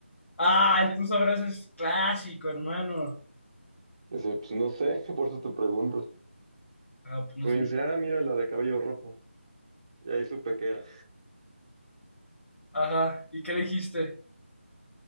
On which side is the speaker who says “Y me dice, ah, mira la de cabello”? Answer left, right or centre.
Right